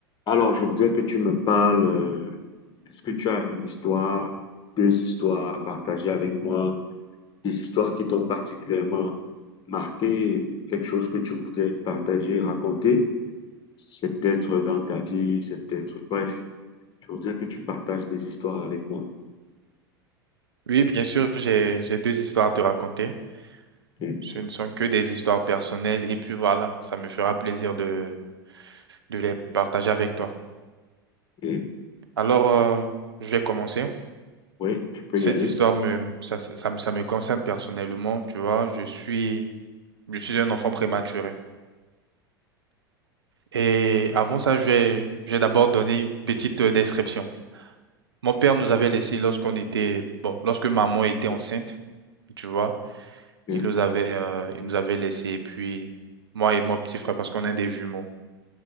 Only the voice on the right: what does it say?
Oui, bien sûr, j'ai j'ai deux histoires à te raconter.
Ce ne sont que des histoires personnelles et puis voilà, ça me fera plaisir de, de les partager avec toi.
Alors, euh, je vais commencer.
Cette
histoire me ça, ça, ça me ça me concerne personnellement, tu vois, je suis je suis un enfant prématuré. Et avant ça, je vais je vais d'abord donner une petite euh, description. Mon père nous avait laissés lorsqu'on était bon, lorsque maman était enceinte, tu vois.
Il nous avait, euh, il nous avait laissé. Et puis, moi et mon petit frère, parce qu'on est des jumeaux.